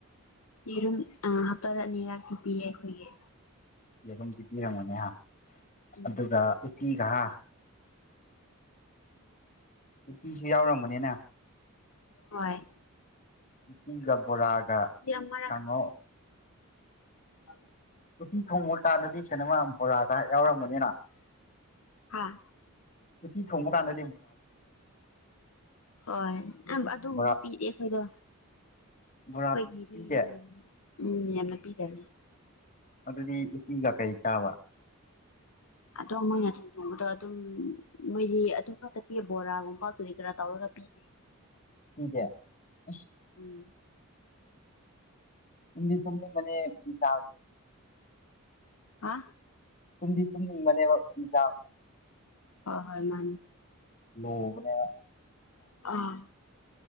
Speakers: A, on the left; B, on the left.
A: ꯌꯦꯔꯨꯝ ꯑ ꯍꯞꯇꯥꯗ ꯑꯅꯤꯔꯛꯇꯤ ꯄꯤꯌꯦ ꯑꯩꯈꯣꯏꯒꯤ
B: ꯌꯦꯔꯨꯝꯗꯤ ꯄꯤꯔꯝꯒꯅꯦꯍꯥ
A: ꯎꯝ
B: ꯑꯗꯨꯒ ꯎꯇꯤꯒꯍꯥ ꯎꯠꯇꯤꯁꯨ ꯌꯥꯎꯔꯝꯒꯅꯦꯅ
A: ꯍꯣꯢ
B: ꯎꯇꯤꯒ ꯕꯣꯔꯥꯒ
A: ꯑꯃꯔꯛ
B: ꯀꯥꯡꯍꯧ
A: <inaudible>
B: ꯎꯠꯇꯤ ꯊꯣꯡꯕ ꯀꯥꯟꯗꯗꯤ ꯀꯩꯅꯣꯃ ꯕꯣꯔꯥꯒ ꯌꯥꯎꯔꯝꯒꯅꯦꯅ
A: ꯍꯥꯥ
B: ꯎꯠꯇꯤ ꯊꯣꯡꯕꯀꯥꯟꯗ
A: ꯍꯣꯏ ꯑꯝ ꯑꯗꯨꯒꯨꯝꯗꯤ
B: ꯕꯣꯔꯥ
A: ꯄꯤꯗꯦ ꯑꯈꯣꯏꯗꯣ
B: ꯕꯣꯔꯥ
A: ꯈꯣꯏꯒꯤꯗꯤ
B: ꯄꯤꯗꯦ
A: ꯎꯝ ꯌꯥꯝꯅ ꯄꯤꯗꯅꯦ
B: ꯑꯗꯨꯗꯤ ꯎꯇꯤꯒ ꯀꯩ ꯆꯥꯕ
A: ꯑꯗꯣ ꯃꯣꯏ <unintelligible> ꯊꯣꯡꯕꯗꯣ ꯑꯗꯨꯝ ꯃꯣꯏꯒꯤ ꯑꯗꯨꯉꯥꯛꯇꯄꯤ ꯕꯣꯔꯥꯒꯨꯝꯕ ꯀꯔꯤ ꯀꯔꯥ ꯇꯧꯔꯒ ꯄꯤꯗꯦ
B: ꯄꯤꯗꯦ ꯑꯁ
A: ꯎꯝ
B: ꯇꯨꯝꯗꯤ ꯇꯨꯝꯅꯤꯡꯕꯅꯦ ꯎꯇꯤ ꯆꯥꯕꯁꯦ
A: ꯑ
B: ꯇꯨꯝꯗꯤ ꯇꯨꯝꯅꯤꯡꯕꯅꯦꯕ ꯎꯇꯤ ꯆꯥꯕꯁꯦ
A: ꯍꯣꯢ ꯃꯥꯟꯅꯦ
B: ꯃꯨꯕꯅꯦꯕ
A: ꯑꯥ